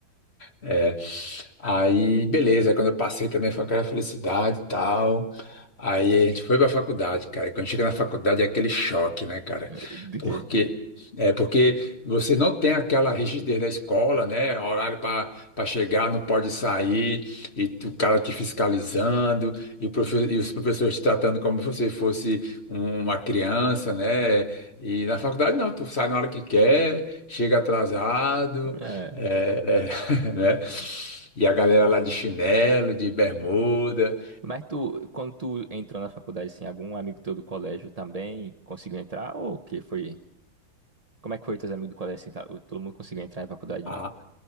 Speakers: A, on the left (about 35°); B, on the right (about 55°).
A: É. Aí, beleza. Aí quando eu passei também foi aquela felicidade e tal. Aí a gente foi pra faculdade, cara. E Quando chega na faculdade é aquele choque, né, cara?
B: <laughs> De
A: Porque
B: quê?
A: é porque você não tem aquela rigidez da escola, né? Horário para para chegar, não pode sair, e tu- o cara te fiscalizando, e, o profe- e os professores te tratando como se você fosse uma criança, né? E na faculdade não, tu sai na hora que quer, chega atrasado.
B: É.
A: é, é <laughs> né? E a galera lá de chinelo, de bermuda.
B: Mas tu, quando tu entrou na faculdade, assim, algum amigo teu do colégio também conseguiu entrar? Ou o que foi? Como é que foi teus amigos do colégio, assim, tá? Todo mundo conseguiu entrar em faculdade?
A: A,